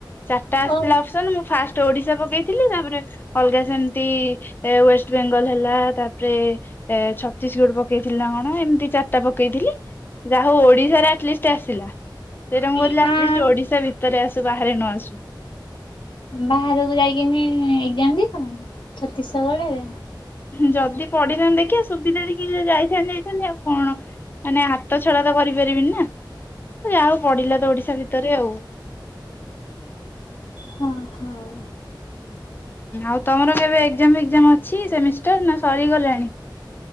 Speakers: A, on the left (about 25°); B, on the left (about 85°).
A: ଚାଟା ଆସିଥିଲା
B: ଓ
A: ଅପସନ୍। ମୁଁ ଫାଷ୍ ତ ଓଡିଶା ପକେଇଥିଲି। ତାପରେ ଅଲଗା ସେମିତି ଏ ୱେଷ୍ଟବେଙ୍ଗଶ ହେଲା ତାପରେ ଏ ଛତିଶଗଡ ପକେଇଥିଲି ନା କଣ ଏମିତି ଚାରଟା ପକେଇଥିଲି। ଯାହା ହଉ ଓଡିଶାରେ ଆଟଲିଷ୍ଟ ଆସିଲା। ତ ଏଇଟା ମୁଁ କହୁଥିଲି
B: ହଁ
A: ଆଟଲିଷ୍ଟ ଓଡିଶା ଭିତରେ ଆସୁ ବାହାରେ ନ ଆସୁ।
B: ବାହାରକୁ ଯାଇକିନି ଏକ୍ଜାମ୍ ଦେଇଥା ଛତିଶଗଡରେ।
A: ଯଦି ପଢିଥାଆନ୍ତି ଦେଖିଆ ସୁବିଧା ଦେଖିକି ଯଦି ଯାଇଥାନ୍ତି ଯାଇଥାନ୍ତି ଆଉ କଣ। ମାନେ ହାତ ଛଡା ତ କରିପାରିବିନି ନା ଯା ହଉ ପଢିଲା ତ ଓଡିଶା ଭିତରେ ଆଉ।
B: ହଁ, ହଁ।
A: ଆଉ ତୋମର କେବେ ଏକ୍ଜାମ୍ ଫେକ୍ଜାମ ଅଛି ସେମିଷ୍ଟାର୍ ନା ସରିଗଲାଣି?